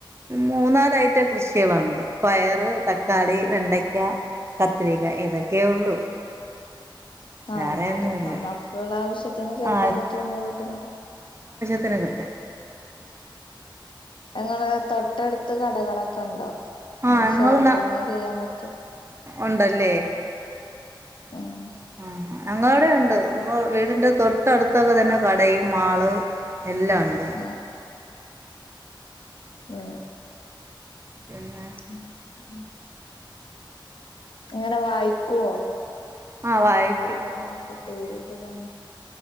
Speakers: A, on the right; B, on the left.
A: മൂന്നാല് ഐറ്റം കൃഷികളുണ്ട് പയറ് തക്കാളി വെണ്ടക്ക പത്രിക ഇതൊക്കെയെ ഉള്ളൂ
B: ആഹ
A: വേറെയൊന്നുമില്ല
B: എന്നാലും നമ്മൾക്ക് ഉള്ള ആവശ്യത്തിന് ചെറുത്തതായിട്ട്
A: ആ
B: നമ്മള് കിട്ടുന്നുണ്ട്
A: പത്തനതിട്ട്
B: ഞങ്ങള് തൊട്ടടുത്ത് കടകളൊക്കെ ഉണ്ടോ
A: ആ
B: അനെ
A: ഞങ്ങൾ
B: ഷോപ്പിങ് ചെയ്യാൻ പറ്റോ
A: ഉണ്ടല്ലേ
B: ഉം
A: ഉ അഞങ്ങ അവിടെുണ്ട് നമ്മ വീടിന്റെ തൊട്ടടുത്തൊക്കെ തന്നെ കടയും മാള് എല്ലാം ഉണ്ട്
B: ഉം ആ
A: പിന്നെ
B: ആ ഉ അങ്ങനെ വായിക്കുവോ
A: ആഹ് വായിക്കും
B: ഒക്കക്കനക്ക േവ ഒക്കെ കാണ